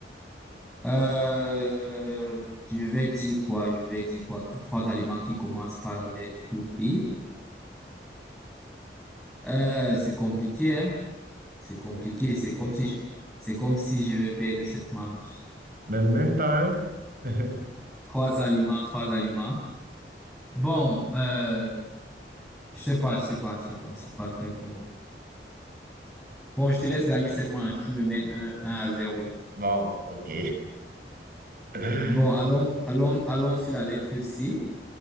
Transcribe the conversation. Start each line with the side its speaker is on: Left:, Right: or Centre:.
Centre: Euh, je vais dire quoi? Je vais dire quoi? Que trois aliments qui commencent par la lettre B. Euh, c'est compliqué, hein? C'est compliqué. C'est comme si je, c'est comme si je vais perdre cette manche.
Right: Mais même pas un. <laughs>
Centre: Trois aliments, trois aliments. Bon, euh, je sais pas, je sais pas, je sais pas. C'est pas très fort. Bon, je te laisse gagner cette manche. Tu me mènes un, un à zéro.
Right: Bon, ok. <laughs>
Centre: Bon, allons, allons, allons sur la lettre C.